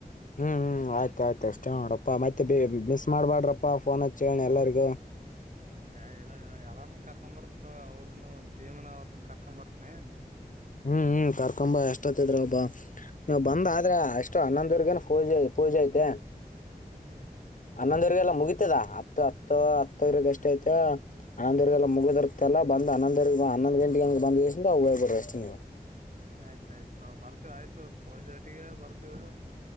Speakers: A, on the left; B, on the right.
A: ಹ್ಮ್ ಹ್ಮ್ ಆಯ್ತ ಆಯ್ತು ಅಷ್ಟೇ ನೋಡಪ್ಪಾ ಮತ್ತೆ ಮಿಸ್ ಮಾಡ್ಬಾಡ್ರಪ್ಪಾ ಫೋನ್ ಹಚ್ಚೇಳಿ ಎಲ್ಲರಿಗೂ
B: ಏ ಇಲ್ಲ ಇಲ್ಲ ಎಲ್ಲಾರನ್ ಕರ್ಕೊಂಬರ್ಂತ ಅವ್ರನು ಭೀಮನ ಅವ್ರನ್ ಕರ್ಕೊ ಬರ್ತನಿ
A: ಹ್ಮ್ ಹ್ಮ್ ಕರ್ಕೊಂಬ ಎಷ್ಟತ್ತದ್ರ ಒಬ್ಬಾ ನೀವು ಬಂದಾದ್ರೆ ಅಷ್ಟು ಹನ್ನೊಂದಊರ್ಗ ಪೂಜೆ ಪೂಜೆ ಐತೆ
B: ಹ್ಮ್ ಹ್ಮ್
A: ಹನ್ನೊಂದವ್ರಿಗೆಲ್ಲ ಮುಗೀತದ ಹತ್ತು ಹತ್ತು ಹತ್ತವ್ರಿಗೆ ಎಷ್ಟ ಐತ ಹನ್ನಂದ್ವರಿಗೆಲ್ಲ ಮುಗಿದದರ್ತಲ್ಲ ಬಂದ ಹನ್ನಂದವ ಹನ್ನೊಂದು ಗಂಟೆಗೆ ಬಂದವು ಹೋಗ್ಬ್ರ ಅಷ್ಟೇ ನೀವು <inaudible>
B: ಆಯ್ತ್ ಆಯ್ತ್ ತಗೋಪ ಬರ್ತೀವಿ ಆಯ್ತು ಪೂಜೊತಿಗೆ ಬರ್ತೀವಿ.